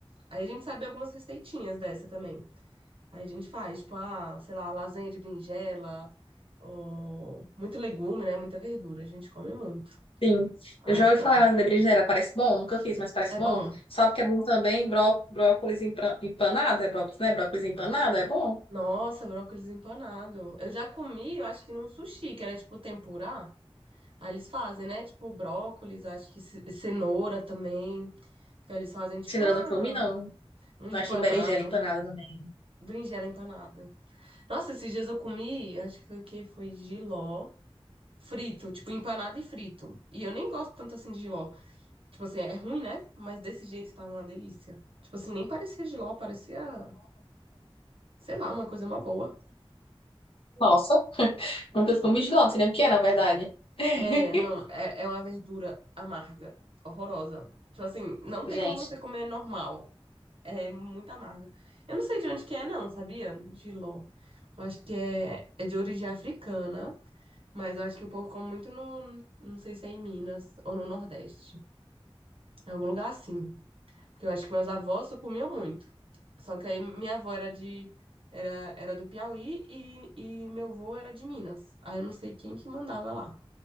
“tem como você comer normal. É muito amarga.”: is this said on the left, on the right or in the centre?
Right